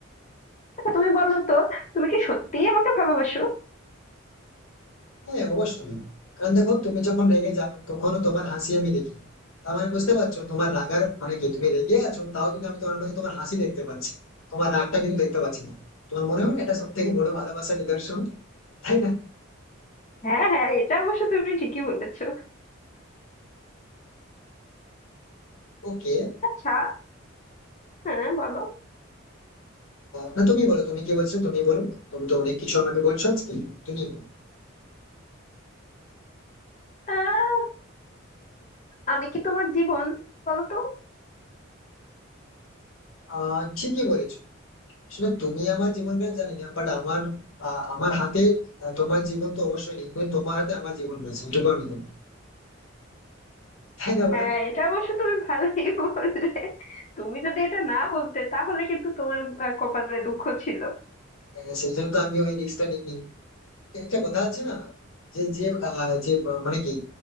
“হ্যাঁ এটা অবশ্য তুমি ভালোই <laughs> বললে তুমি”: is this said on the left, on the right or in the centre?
Left